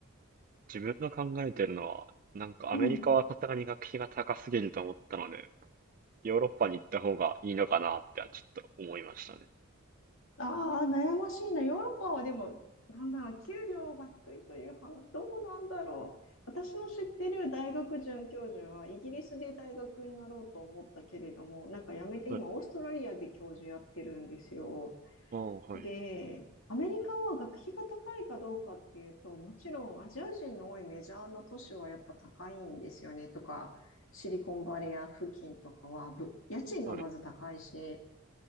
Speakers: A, on the right (about 40°); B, on the left (about 70°).
A: 自分が考えてるのは、なんかアメリカはさすがに学費が高すぎると思ったので、
B: うん
A: ヨーロッパに行った方がいいのかなってはちょっと思いましたね。
B: ああ、悩ましいな。ヨーロッパはでも、なんだろう、給料が低いという話、どうなんだろう。私の知ってる大学准教授は、イギリスで大学になろうと思ったけれども、なんかやめて今、
A: はい。
B: オーストラリアで教授やってるんですよ。
A: ああ、はい。
B: で、アメリカは学費が高いかどうかっていうと、もちろんアジア人の多いメジャーな都市はやっぱ高いんですよね、とか、シリコンバレー付近とかは、ぶ家賃がまず高いし、
A: はい。